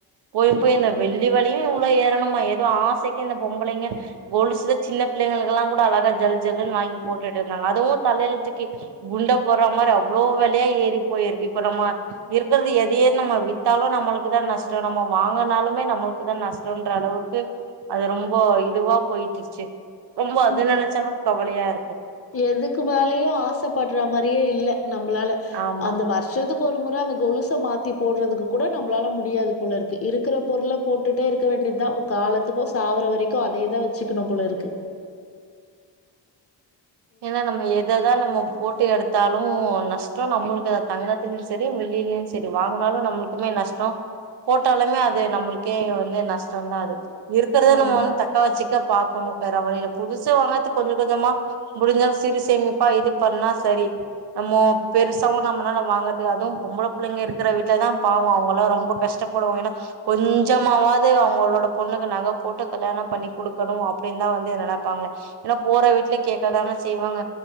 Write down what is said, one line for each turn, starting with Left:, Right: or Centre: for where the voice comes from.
Right: போயும் போய் இந்த வெள்ளி வெலையு இவ்ளோ ஏறணுமா ஏதோ ஆசைக்கி இந்த பொம்பளைங்க கொலுசு சின்ன பிள்ளைங்களுக்கு எல்லா கூட அழகா ஜல் ஜல்ன்னு வாங்கி போட்டுட்டு இருந்தாங்க அதுவு தலையெழுத்துக்கு குண்ட போட்றா மாரி அவ்ளோ வெலையா ஏறிப் போயிருக்கு இப்ப நம்ம இருக்கிறது எதையே நம்ம வித்தாலு நம்மளுக்குதா நஷ்டோ நம்ம வாங்குனாலுமே நம்மளுக்குதா நஷ்டோன்ற அளவுக்கு அது ரொம்ப இதுவா போயிட்டுருச்சு ரொம்ப அது
Left: ம்
Right: நெனைச்சாதா கவலையா இரு
Left: எதுக்கு வேலையு ஆசைப்படுறா மாரியே இல்ல நம்பளால
Right: ஆமா
Left: அந்த வருஷத்துக் ஒரு முறை அந்த கொலுசை மாத்தி போடுறதுக்கு கூட நம்மளால முடியாது போல இருக்கு இருக்கிற பொருள போட்டுட்டே இருக்க வேண்டியதுதான் காலத்துக்கோ சாவரவரைக்கும் அதேதான் வச்சுக்கணும்போலயிருக்கு.
Right: ஏன்னா நம்ம எததா நம்ம போட்டு எடுத்தாலு நஷ்டோ நம்மளுக்குதா தங்கத்துலயு சரி வெ வெள்ளியு சரி வாங்குனாலு நம்மளுக்குமே நஷ்டோ போட்டாலுமே அது நம்மளுக்கே வந்து நஷ்டந்தா அது இருக்கிறத
Left: ஆமா
Right: நம்ம வந்து தக்க வச்சுக்க பாக்கணு வேற வழியில புதுசு வாங்கறதுக்கு கொஞ்ச கொஞ்சமா முடிஞ்சல் சிறு சேமிப்பா இது பண்ணா சரி நம்ம பெருசாவும் நம்மளால வாங்கறது அதுவும் பொம்பளை பிள்ளைங்க இருக்கிற வீட்டுலதான் பாவோம் அவங்கல்லாம் ரொம்ப கஷ்டப்படுவாங்க ஏன்னா கொஞ்சமாவது அவங்களோட பொண்ணுக்கு நகை போட்டு கல்யாணம் பண்ணி கொடுக்கணும் அப்படின்னு தான் வந்து நினைப்பாங்க ஏன்னா போற வீட்டுல கேக்கதான செய்வாங்க